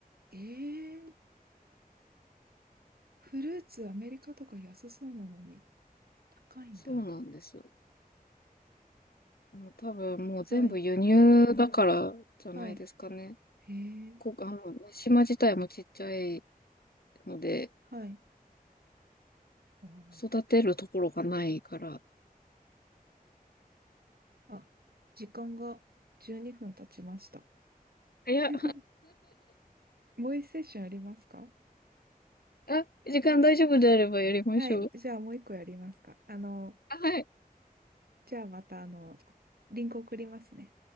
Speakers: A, on the right; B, on the left.
A: えー、フルーツアメリカとか安そうなのに高いんだ。
B: そうなんですよ。もう多分もう全部輸入だからじゃないですかね。
A: はい、はい。えー、
B: こ、あの、島自体もちっちゃいので、
A: はい。おー
B: 育てるところがないから。
A: あ、時間が12分経ちました。
B: いや、<laughs>
A: <laughs> もう一セッションありますか
B: あ、時間大丈夫であればやりましょう。
A: はい、じゃあもう一個やりますか。あの、
B: あ、はい。
A: じゃあまたあの、リンク送りますね。